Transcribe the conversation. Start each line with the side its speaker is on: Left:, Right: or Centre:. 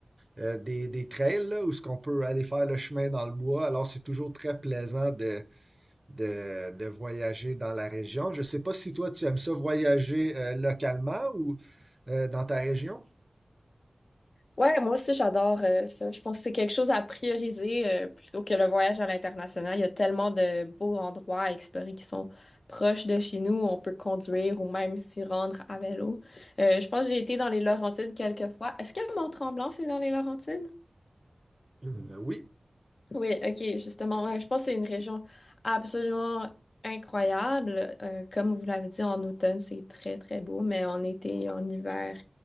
Right: euh, des, des trails, là, où ce qu'on peut aller faire le chemin dans le bois. Alors, c'est toujours très plaisant de, de, de voyager dans la région. Je ne sais pas si toi, tu aimes ça voyager euh, localement ou euh, dans ta région.
Left: Ouais, moi aussi, j'adore euh, ça. Je pense que c'est quelque chose à prioriser euh, plutôt que le voyage à l'international. Il y a tellement de beaux endroits à explorer qui sont proches de chez nous. On peut conduire ou même s'y rendre à vélo. Euh, je pense que j'ai été dans les Laurentides quelques fois. Est-ce que Mont-Tremblant, c'est dans les Laurentides?
Right: Euh, oui.
Left: Oui, ok, justement, ouais, je pense que c'est une région absolument incroyable. Euh, comme vous l'avez dit, en automne, c'est très, très beau, mais en été et en hiver